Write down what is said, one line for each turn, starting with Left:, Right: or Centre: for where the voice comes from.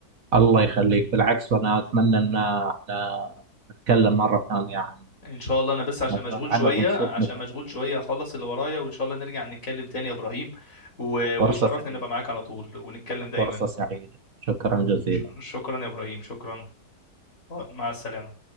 Right: الله يخليك بالعكس وانا اتمنى ان إن نتكلم مره ثانيه عن
Left: ان شاء الله انا بس عشان
Right: مجال
Left: مشغول
Right: العمل
Left: شويه
Right: ونشوف
Left: عشان
Right: مشاكلنا
Left: مشغول شويه هخلص اللي ورايا وان شاء الله نرجع نتكلم تاني يا ابراهيم و-
Right: فرصه
Left: ويشرفني
Right: سعيده
Left: ان ابقى معاك على طول ونتكلم دايما
Right: فرصه سعيده شكرا جزيلا
Left: ش- شكرا يا ابراهيم شكرا مع السلامه